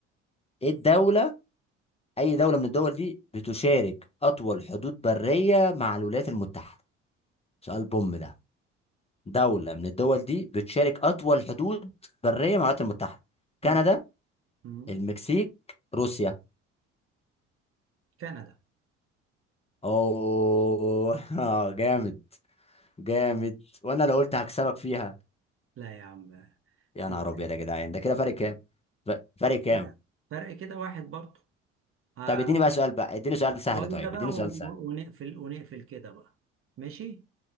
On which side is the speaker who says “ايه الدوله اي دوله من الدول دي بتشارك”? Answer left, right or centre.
Left